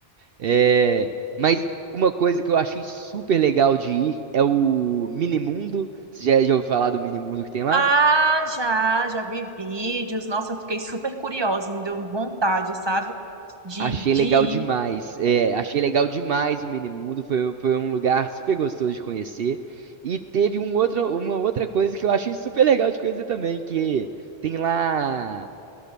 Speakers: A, on the right; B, on the right.
A: É, mas uma coisa que eu achei super legal de ir é o Minimundo. Você já, já ouviu falar do Minimundo que tem lá?
B: Ah, já, já vi vídeos. Nossa, eu fiquei super curiosa, me deu vontade, sabe? De,
A: Achei
B: de
A: legal
B: ir.
A: demais. É, achei legal demais o Minimundo. Foi, foi um lugar super gostoso de conhecer. E teve um outro, uma outra coisa que eu achei super legal de conhecer também, que tem lá.